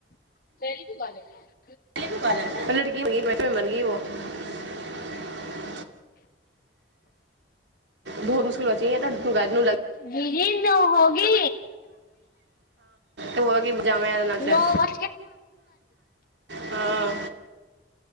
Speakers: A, on the left; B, on the right.
A: पल क कहले
B: <unintelligible> बहुत मुशकिल बची त लगै
A: जी जी नओ हो गी
B: हुआ कि जामे रहना चाहे
A: नओ
B: हाँ